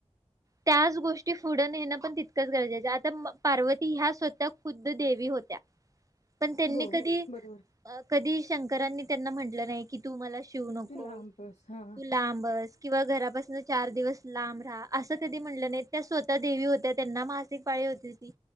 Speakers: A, on the right; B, on the left.
A: त्याच गोष्टी पुढं नेणं पण तितकंच गरजेचं आहे. आता पार्वती ह्या स्वतः खुद देवी होत्या, पण त्यांनी
B: हो
A: कधी
B: बरोबर
A: अं, कधी शंकरांनी त्यांना म्हटलं नाही की, तू मला शिवू नकोस,
B: तू लांब बस हा
A: तुला लांब बस किंवा घरापासून चार दिवस लांब रहा असं कधी म्हणल्या नाहीत, त्या स्वतः देवी होत्या त्यांना मासिक पाळी होत होती,